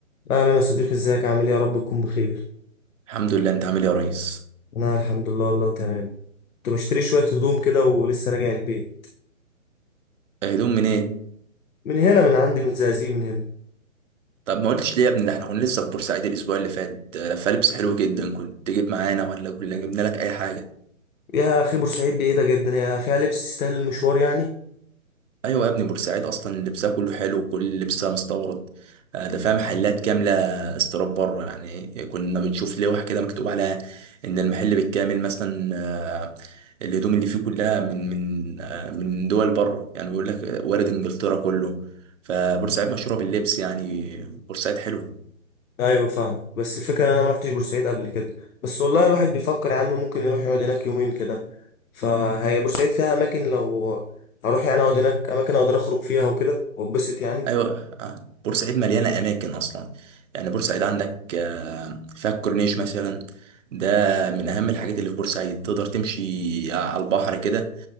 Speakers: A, on the left; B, on the right.
A: لا لا انا صديقي ازيك عامل ايه يا رب تكون بخير
B: الحمد لله انت عامل ايه يا ريس
A: انا الحمد لله والله تمام كنت بشتري شويه هدوم كده ولسه راجع البيت
B: هدوم منين
A: من هنا من عندي من الزقازيق من هنا
B: طب ما قلتش ليه يا ابني ده احنا كنا لسه في بورسعيد الاسبوع اللي فات فلبس حلو جدا كنت تجيب معانا ولا كنا جبنا لك اي حاجه
A: يا اخي بورسعيد بعيده جدا يا فيها لبس يستاهل المشوار يعني
B: ايوه يا ابني بورسعيد اصلا لبسها كله حلو وكل لبسها مستورد آه، ده فيها محلات كامله استيراد بره يعني كنا بنشوف لوح كده مكتوب عليها ان المحل بالكامل مثلا آه، الهدوم اللي فيه كلها من من آه، من دول بره يعني بيقول لك وارد انجلترا كله فبورسعيد مشهوره باللبس يعني بورسعيد حلو
A: ايوه فاهم بس الفكره ان انا ما رحتش بورسعيد قبل كده بس والله الواحد بيفكر يا عم ممكن يروح يقعد هناك يومين كده فهي بورسعيد فيها اماكن لو هروح يعني اقعد هناك اماكن اقدر اخرج فيها وكده واتبسط يعني
B: ايوه آه. بورسعيد مليانه اماكن اصلا يعني بورسعيد عندك آه، فيها الكورنيش مثلا ده من اهم الحاجات اللي في بورسعيد تقدر تمشي آه، على البحر كده